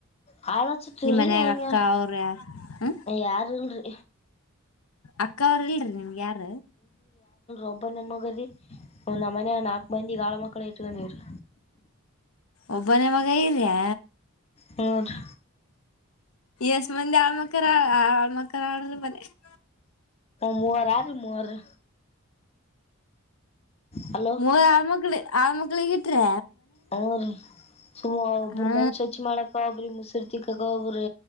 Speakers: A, on the left (about 30°); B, on the left (about 80°).
A: ಹಾಳಚ್ಚತ್ವ್ರೀ
B: ನಿಮ್ಮ ಮನಯಾಗ
A: ಹಂಗ
B: ಅಕ್ಕ ಅವ್ರ ಯಾರ್ ಹ್ಮ,
A: ಯಾರಿಲ್ರಿ
B: ಅಕ್ಕ ಅವ್ರ ಇಲ್ರಿ ನಿಮ್ಗೆ ಯಾರ
A: ಒಬ್ಬನೆ ಮಗರಿ ನಮ್ಮ ಮನಾಗನಾಲ್ಕು ಮಂದಿ ಹಾಳ ಮಕ್ಕಳ ಇಟ್ಕೊಂಡ್ರೀನ್ರಿ.
B: ಒಬ್ಬನೇ ಮಗ ಇದ್ಯಾ,
A: ಹ್ಞೂರಿ
B: ಎಷ್ಟ ಮಂದಿ ಆಳ್ಮಕ್ಕರ -ಆ್ಮಕ್ಕರ ಆರ್ರಿ ಮತ್ತೆ, ಹ <inaudible>
A: ಮೂವರ ಆರಿ ಮೂರು ಹಲೋ
B: ಮೂರ್ ಆಳ್ ಮಕ್ಳಿ ಆ ಮಕ್ಳಿಗೆ ಇಟ್ರೆ,
A: ಅವ <unintelligible> ಸುಮ್ ಒಬ್ಬರು
B: ಹಾ
A: ಮನಿ ಸ್ವಚ್ಛಿಮಾಡಕ ಒಬ್ಬ್ರು, ಮುಸಿರ್ ತಿಕ್ಕಕ್ಕ ಒಬ್ಬ್ರು,